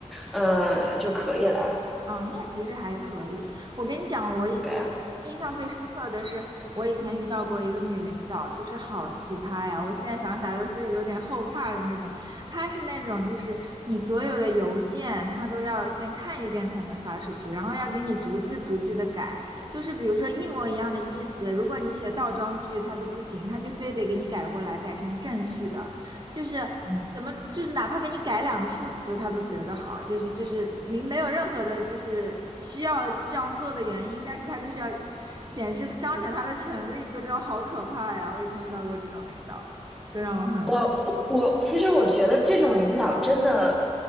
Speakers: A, in the centre; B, on the right.
A: 呃，就可以了。
B: 啊、那其实还可以。我跟你讲，我以我印象最深刻的是，
A: 对啊，
B: 我以前遇到过一个女领导，就是好奇葩呀！我现在想起来都是有点后怕的那种。她是那种，就是你所有的邮件，她都要先看一遍才能发出去，然后要给你逐字逐句的改。就是比如说一模一样的意思，如果你写倒装句，她就不行，她就非得给你改过来，改成正序的。就是怎么，
A: <clears throat>
B: 就是哪怕给你改两个副词，他都觉得好，就是就是明没有任何的，就是需要这样做的原因，但是他就是要显示彰显他的权利，就这种好可怕呀！我以前遇到过这种领导，就让我很，
A: 我我我，其实我觉得这种领导真的